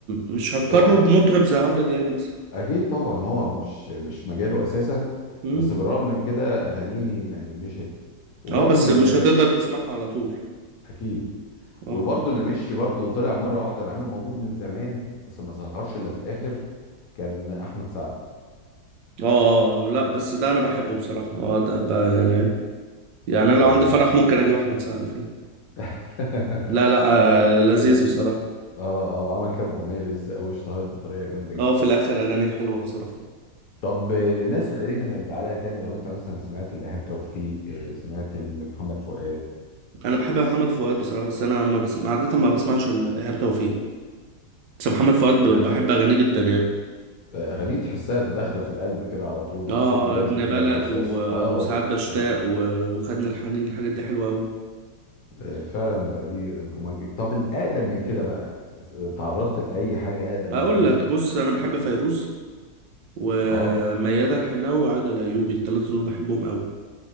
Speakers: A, on the right; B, on the left.
A: مش هتقارنه
B: هو
A: بمطرب زي عمرو دياب مثلا
B: اكيد طبعا هو مش مش مجاله اساسا
A: امم
B: بس بالرغم من كده اغانيه يعني مشت وبرضه
A: اه بس
B: من
A: مش
B: ال-
A: هتقدر تسمعها على طول
B: اكيد وبرضه
A: اه
B: اللي مشي برضه طلع مره واحده مع انه موجود من زمان بس ما ظهرش الا في الاخر كان احمد سعد
A: اه اه آه. لا بس ده انا بحبه بصراحة اه ده بقى يعني يعني انا
B: يعني
A: لو عندي فرح ممكن اجيب احمد سعد فيه
B: <laughs>
A: لا لا آه لذيذ
B: يعني
A: بصراحة
B: اه اه وعمل كام اغنيه لزق واشتهرت بطريقه جامده جدا
A: اه في الاخر اغانيه حلوة بصراحة
B: طب آه، الناس القديمه نرجع لها تاني لو انت مثلا سمعت الايهاب توفيق آه، سمعت محمد فؤاد
A: انا بحب محمد فؤاد بصراحة بس انا ما بس عادة ما بسمعش ال- ايهاب توفيق بس محمد فؤاد ب-
B: إيهاب،
A: بحب اغانيه جدا يعني
B: آه، اغانيه تحسها في داخله في القلب كده على طول
A: اه
B: صوته دافي
A: ابن
B: كده
A: بلد
B: وحساس
A: و...
B: اه
A: وساعات بشتاق
B: حقيقي
A: و... وخدني الحنين الحاجات دي حلوة أوي
B: آه، فعلا بقى ليه مميز طب الاقدم من كده بقى آه، تعرضت لاي حاجه اقدم
A: أقول
B: من كده
A: لك بص أنا بحب فيروز وميادة
B: اه
A: الحناوي وعادة الأيوبي التلاتة دول بحبهم أوي